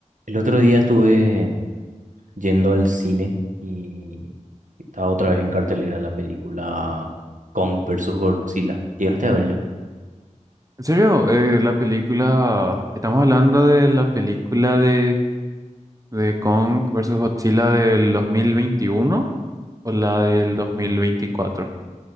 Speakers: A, on the right (about 75°); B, on the right (about 25°).
A: El otro día estuve yendo al cine y estaba otra vez en cartelera la película Kong versus Godzilla. ¿Llegaste a ver ya?
B: En serio, Eh, la película, estamos hablando de la película de, de Kong versus Godzilla del 2021 o la del 2024.